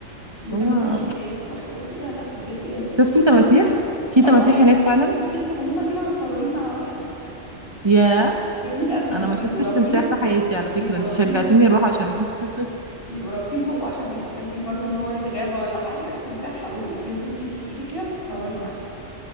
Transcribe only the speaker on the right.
هو
شفتي
تماسيح في تماسيح
هناك فعلا
ياه
انا ما
شفتش
تمساح في حياتي على فكره
انت
شجعتيني
اروح عشان <laughs>